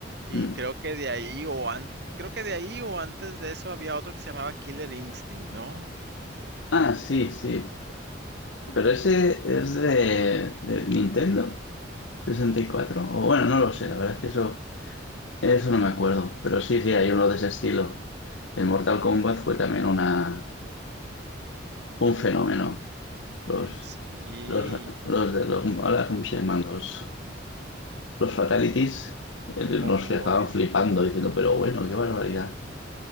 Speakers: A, on the right; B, on the left.
A: Y
B: Mm.
A: creo que de ahí o an- creo que de ahí o antes de eso había otro que se llamaba Killer Instinct, ¿no?
B: Ah, sí, sí, pero ese es de, de Nintendo 64, o bueno, no lo sé,
A: Mm.
B: la verdad es que eso Eso no me acuerdo, pero sí, sí, hay uno de ese estilo. El Mortal Kombat fue también una, un fenómeno. Los,
A: Sí.
B: los, los de los, ahora, ¿cómo se llaman? Los, los Fatalities eh,
A: Oh,
B: nos dejaban flipando, diciendo, pero bueno, qué barbaridad.